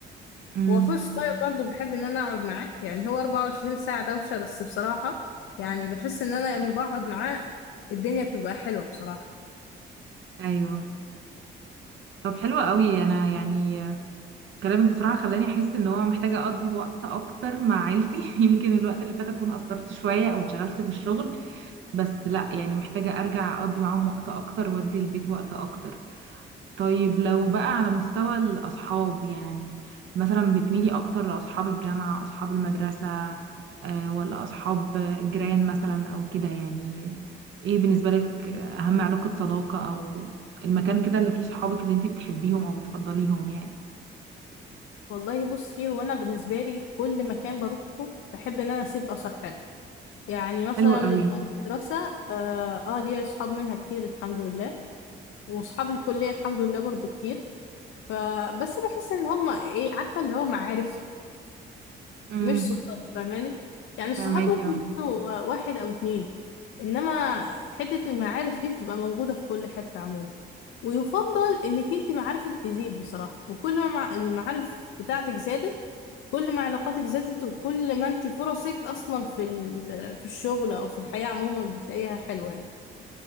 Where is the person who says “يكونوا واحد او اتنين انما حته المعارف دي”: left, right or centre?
Left